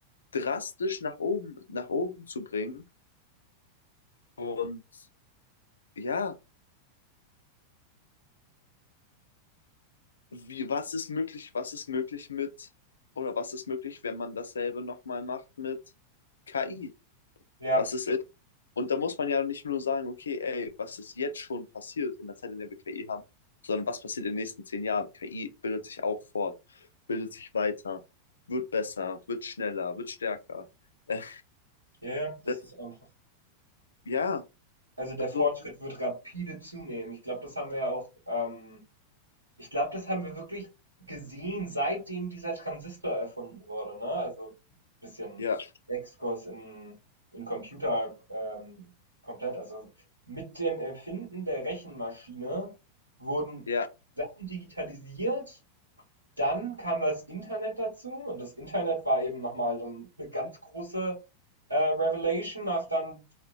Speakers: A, on the left; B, on the right.
A: drastisch nach oben, nach oben zu bringen. Und ja, wie, was ist möglich, was ist möglich mit, oder was ist möglich, wenn man dasselbe nochmal macht mit KI?
B: ja,
A: Was ist Und da muss man ja nicht nur sagen, okay, ey, was ist jetzt schon passiert in der Zeit, in der wir KI haben, sondern was passiert in den nächsten zehn Jahren? KI bildet sich auch fort, bildet sich weiter, wird besser, wird schneller, wird stärker. Äh,
B: ja, ja, das
A: das,
B: ist einfach
A: ja,
B: also, der
A: also,
B: Fortschritt wird rapide zunehmen. Ich glaube, das haben wir ja auch, ähm Ich glaube, das haben wir wirklich gesehen, seitdem dieser Transistor erfunden wurde, ne? Also bisschen
A: ja,
B: Exkurs in, in Computer ähm, komplett. Also mit dem Erfinden der Rechenmaschine wurden
A: ja,
B: Sachen digitalisiert. Dann kam das Internet dazu und das Internet war eben nochmal dann eine ganz große äh, Revelation nach dann